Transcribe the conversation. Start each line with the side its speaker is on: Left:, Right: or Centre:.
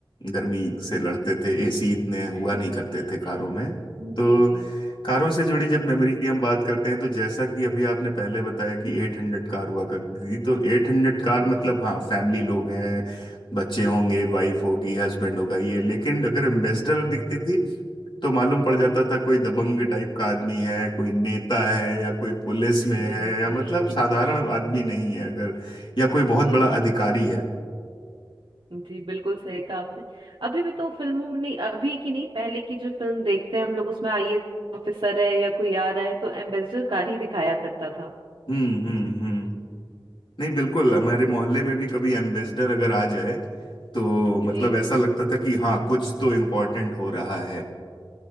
Left: गर्मी से लड़ते थे एसी इतने हुआ
Right: <laughs>
Left: नहीं
Right: जी
Left: करते थे कारों
Right: जी
Left: में
Right: जी
Left: तो
Right: जी जी
Left: कारों
Right: जी
Left: से जुड़ी जब मेमोरी की हम बात करते हैं तो जैसा कि अभी आपने पहले बताया कि एट हंड्रेड कार हुआ करती थी तो एट हंड्रेड कार
Right: <laughs>
Left: मतलब हाँ फैमिली लोग हैं बच्चे होंगे वाइफ होगी हस्बैंड होगा ये लेकिन अगर एम्बेसडर दिखती थी तो मालूम पड़ जाता था कोई दबंग टाइप का आदमी है कोई नेता है या कोई पुलिस में
Right: जी
Left: है या
Right: जी
Left: मतलब साधारण
Right: <laughs>
Left: आदमी नहीं है अगर या कोई बहुत
Right: जी
Left: बड़ा अधिकारी है
Right: जी बिल्कुल सही कहा आपने अभी भी तो फिल्मों में नहीं अभी की नहीं पहले की जो फिल्म देखते हैं हम लोग उसमें आईएएस ऑफिसर है या कोई आ रहा है तो एम्बेसडर कार ही दिखाया करता था
Left: हम्म हम्म हम्म नहीं बिल्कुल हमारे मोहल्ले में भी कभी एम्बेसडर अगर आ जाए तो मतलब
Right: जी
Left: ऐसा लगता था कि हाँ कुछ तो इम्पोर्टेंट हो रहा है